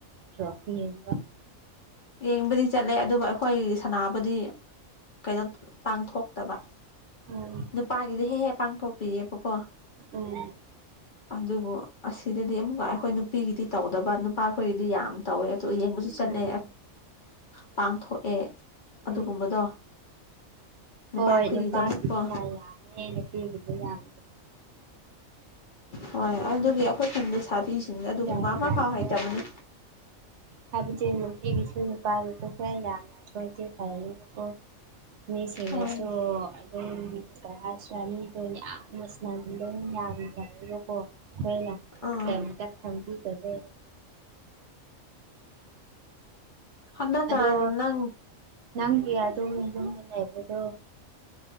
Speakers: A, on the right; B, on the left.
A: ꯆ꯭ꯔꯣ ꯍꯕ
B: ꯌꯦꯡꯕꯗꯤ ꯆꯠꯂꯦ ꯑꯗꯨꯕꯨ ꯑꯩꯈꯣꯏ ꯁꯅꯥꯕꯨꯗꯤ ꯀꯣ ꯄꯥꯡꯊꯣꯛꯇꯕ
A: ꯎꯝ
B: ꯅꯨꯄꯥꯒꯤꯗꯤ ꯍꯦꯛ ꯍꯦꯛ ꯄꯥꯡꯊꯣꯛꯄꯤꯑꯕꯀꯣ
A: ꯎꯝ
B: ꯑꯗꯨꯕꯨ ꯑꯁꯤꯗꯗꯤ ꯑꯃꯨꯛꯀ ꯑꯩꯈꯣꯏ ꯅꯨꯄꯤꯒꯤꯗꯤ ꯇꯧ ꯗ ꯅꯨꯄꯥ ꯑꯩꯈꯣꯏꯒꯤꯗꯤ ꯌꯥꯝ ꯇꯧꯋꯦ ꯑꯣ ꯌꯦꯡꯕꯁꯨ ꯆꯠꯅꯦ
A: ꯎꯝ
B: ꯄꯥꯡꯊꯣꯛꯑꯦ ꯑꯗꯨꯒꯨꯝꯕꯗꯣ
A: ꯎꯝ
B: ꯅꯨꯄꯥꯈꯣꯏꯒꯤꯗꯃꯛꯀꯣ
A: ꯍꯣꯏ ꯅꯨꯄꯥꯀꯤꯗ ꯌꯥꯝ ꯌꯥꯝꯉ ꯅꯨꯄꯤꯒꯤꯗ ꯌꯥꯝ
B: ꯍꯣꯏ ꯑꯗꯨꯒꯤ ꯑꯩꯈꯣꯏ ꯈꯨꯟ ꯂꯩ ꯁꯥꯕꯤꯁꯤꯡꯁ ꯑꯗꯨꯒꯨꯝꯕ
A: ꯒ꯭ꯌꯥꯟ
B: ꯑꯃ
A: ꯇꯥꯗ꯭ꯔꯦ
B: ꯐꯥꯎ ꯍꯥꯏꯇꯕꯅꯦ
A: ꯍꯥꯏꯕꯗꯤ ꯅꯨꯄꯤꯒꯤꯁꯨ ꯅꯨꯄꯥꯒꯤꯁꯨ ꯍ ꯌꯥꯝꯅꯊꯗꯤꯦ ꯐꯀꯣ ꯃꯤꯁꯤꯡꯅꯁꯨ
B: ꯍꯣꯏ
A: ꯑꯗꯨꯝ ꯀꯩ ꯍꯥꯏꯁꯨꯔ ꯃꯤꯁꯨ ꯌꯥꯝꯌꯥꯝꯅ ꯃꯗꯅ ꯌꯥꯝꯗꯅꯤꯕꯀꯣ ꯑꯩꯈꯣꯏꯅ
B: ꯑꯥ
A: ꯀꯔꯤꯝꯇ ꯈꯪꯕꯤꯒꯗꯦ
B: ꯍꯟꯗꯛꯀꯥꯟ
A: ꯑꯗꯣ
B: ꯅꯪ
A: ꯅꯪꯒꯤ ꯑꯗ ꯏꯅ ꯂꯩꯕꯗꯨ